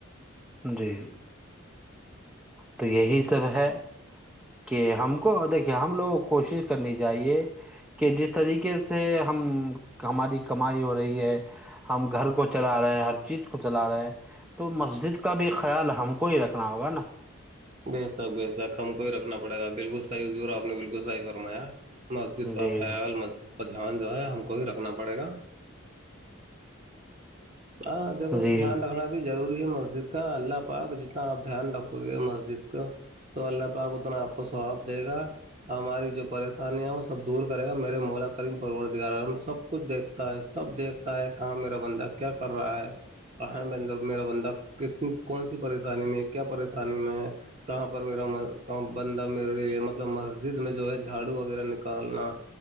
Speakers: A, in the centre; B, on the right.
A: جی تو یہی سب ہے کہ ہم کو دیکھیے ہم لوگوں کوشش کرنی چاہیے کہ جس طریقے سے ہم ہماری کمائی ہو رہی ہے ہم گھر کو چلا رہے ہیں ہر چیز کو چلا رہے ہیں تو مسجد اس کا بھی خیال ہم کو ہی رکھنا ہوگا نا
B: ویسا ویسا ہم کوئی رکھنا پڑےا بالکل صحی حجور آپ نے بالکل صحی فرمایا مسجد کا
A: جی
B: خیال مسجد کاجحان جو ہے ہم کو ہی رکھنا پڑے گا ہاں دیکھو
A: جی
B: دھیان رکھنا بھی ضور مسجد کا اللہ پاک جتنا آپ دھیان رکھو گے مسجد کا تو اللہ پاک اتنا آپ کو واب دے گا ہماری جو پریشانیاں سب دور کرےا میرے مولا کریین پروردار ہم سب کچھ دیکھتا ہے سب دیکھتا ہے کہاں میرا بندک کیا کر رہا ہے کہ ہے بندر میرا بندہ ک کون سی پریشانی میں کیا پریشانی پانی میں ہے کہاں پر میرا م بندہ میرے لیے مطلب م مسجد میں جو ہے جھاڑو وغیرہ نکالنا